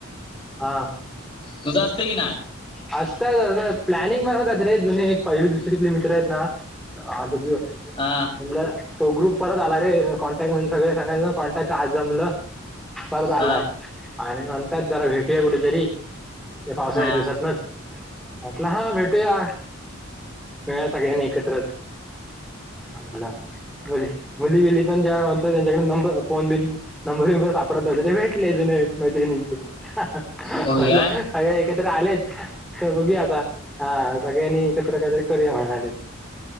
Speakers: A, in the centre; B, on the left (about 25°).
A: हा
B: तुझं असतंय की नाय?
A: असतात प्लॅनिंग बनवतात रे जुने एक पहिली दुसरीतले मित्र आहेत ना, आता जग
B: हा
A: म्हणल तो ग्रुप परत आला रे कॉन्टॅक्ट म्हणजे सगळे सांगयचं कॉन्टॅक्ट आज जमलं परत आलाय
B: हा
A: आणि नंतर जरा भेटूया कुठेतरी. ह्या पावसाळ्या
B: हा
A: दिवस <unintelligible> म्हटलं हा भेटूया. मिळूया सगळ्यांनीच एकत्रच. आडला मुली मुली बीली पण ज्या होत्या त्यांच्याकडे नंबर फोन बिन नंबर बिंबर सापडत नव्हते ते भेटले जुने मैत्रिणींचे. म्हंटल
B: होय काय
A: सगळे एकत्र आलेत तर बघूया आता हा सगळ्यांनी एकत्र काहीतरी करूया म्हणालेत.